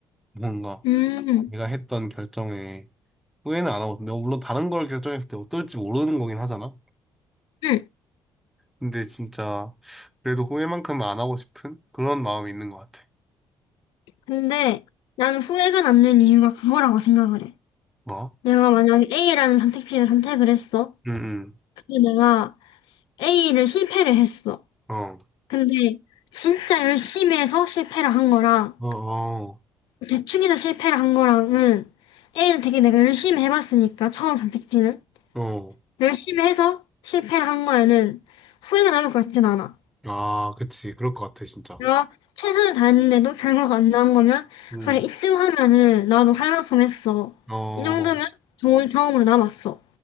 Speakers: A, in the centre; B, on the left (about 80°).
A: 뭔가
B: 응,
A: 내가 했던 결정에 후회는 안 하고, 내가 물론 다른 걸 결정했을 때 어떨지 모르는 거긴 하잖아.
B: 응.
A: 근데 진짜 그래도 후회만큼은 안 하고 싶은 그런 마음이 있는 것 같아.
B: 근데 나는 후회가 남는 이유가 그거라고 생각을 해.
A: 뭐?
B: 내가 만약에 A라는 선택지를 선택을 했어.
A: 응,
B: 근데 내가 A를 실패를 했어.
A: 응. 어,
B: 근데 진짜 열심히 해서 실패를 한 거랑
A: 어, 어,
B: 대충해서 실패를 한 거랑은 A는 되게 내가 열심히 해봤으니까 처음 선택지는
A: 어.
B: 열심히 해서 실패를 한 거에는 후회가 남을 것 같진 않아.
A: 아, 그치. 그럴 것 같아, 진짜.
B: 내가 최선을 다했는데도 결과가 안 나온 거면
A: 응,
B: 그래 이쯤 하면은 나도 할 만큼 했어.
A: 어,
B: 이 정도면 좋은 경험으로 남았어.